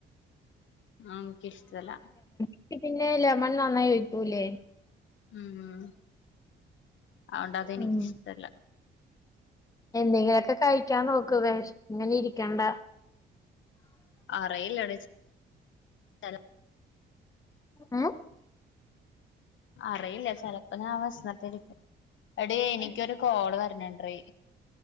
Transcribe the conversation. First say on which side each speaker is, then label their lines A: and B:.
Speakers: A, on the left; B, on the left.
A: അതൊന്നും ഇക്കിഷ്ടല്ല
B: ക്ക് പിന്നെ ലെമൺ നന്നായി ഒയ്ക്കൂല്ലേ
A: ഉം അഓണ്ടതെനിക്കിഷ്ട്ടല്ല
B: ഉം എന്തെങ്കിലൊക്കെ കഴിക്കാൻ നോക്ക് വെഷ്ന്ങ്ങനിരിക്കണ്ട
A: അറിയില്ലെടി ചെല
B: ഉം
A: അറിയില്ല ചെലപ്പ ഞാൻ വെഷ്നിട്ടിരിക്കും എടീ എനിക്കൊരു കാൾ വര്ന്ന്ഡ്രി